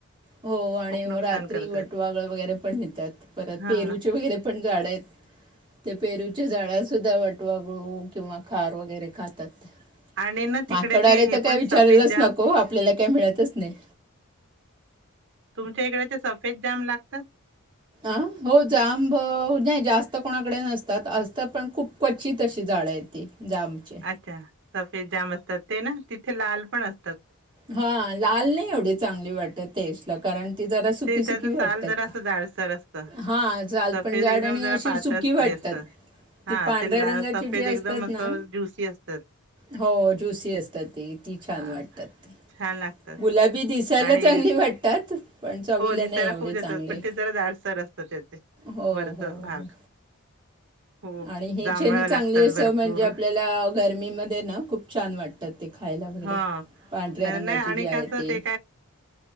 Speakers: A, on the right; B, on the right.
A: हो आणि
B: खूप नुकसान
A: रात्री
B: करतात.
A: वटवागळ वगैरे पण नेतात परत
B: हा
A: पेरूचे वगैरे पण झाड आहेत ते पेरू च्या झाडस सुधा वाटवाग किंवा खार वगैरे खातात
B: आणि ना
A: माकडे
B: तिकडे ते हे
A: तर काय
B: पण
A: विचारलाच
B: सफेद जाम
A: नको आपल्याला काही मिळतच नाही
B: तुमच्या इकडे ते सफेद जााम लागतात
A: अ हो जांब नाही जास्त कोणाकडे नसतात असत पण खूप क अित अशी झाडं आहेत ती जामचे
B: अच्छा सफेद जाम असतात ते ना तिथे लाल पण अस
A: हा लाल नाही एवढी चांगली वाटत तेशला कारण ती जरा सुकीी
B: ते
A: सुकीी
B: त्याचं
A: वाटतात
B: साल जरा असं जाडसर असतं.
A: हां जालपण
B: सफेद
A: जाड
B: एकदम
A: आणि
B: जरा
A: अशी
B: पातळ
A: सुकी वाटतात
B: हे असतं. हा
A: ती पांढऱ्या
B: ते ला
A: रंगाची
B: सफेद
A: जी असतात
B: एकदम असं
A: ना
B: ज्युसी असतात
A: हो ज्युसी असतात ती ती छान
B: हा
A: वाटतात
B: छान लागतात.
A: गुलाबी दिसायला
B: आणि
A: चांगली वाटतात पण चवीला
B: हो दिसायला
A: नाही एवढे
B: खूप जातात
A: चांगले
B: पण ते जरा जाडसर असतात त्याचे
A: हो
B: वरचा
A: हो
B: भाग
A: हो
B: हो
A: आणि हे
B: जांभळ
A: नी चांगली
B: लागतात
A: असं
B: भरपूर
A: म्हणजे आपल्याला गरमीमध्येध्ये ना खूप छान वाटतात ते खायला वगैरे
B: हा.
A: पांढऱ्या
B: तर
A: रंगाची
B: नाही आणि
A: जी आहे
B: कसं
A: ती
B: ते